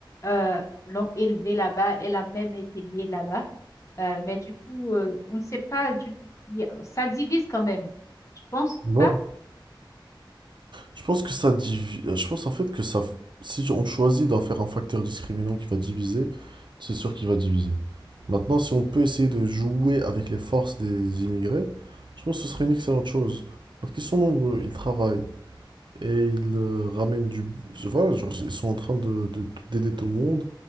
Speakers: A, on the left (about 35°); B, on the right (about 65°).
A: euh, l'ont élevée là-bas. Elle a même été née là-bas. Euh, mais du coup, euh, on ne sait pas du il y a- ça divise quand même. Tu penses
B: Voilà.
A: pas?
B: Je pense que ça divi- euh, Je pense en fait que ça. Si on choisit d'en faire un facteur discriminant qui va diviser, c'est sûr qu'il va diviser. Maintenant, si on peut essayer de jouer avec les forces des immigrés, je pense que ce serait une excellente chose. Parce qu'ils sont nombreux, ils travaillent et ils euh, ramènent du. je- Voilà, genre, ils sont en train de, de- d'aider tout le monde,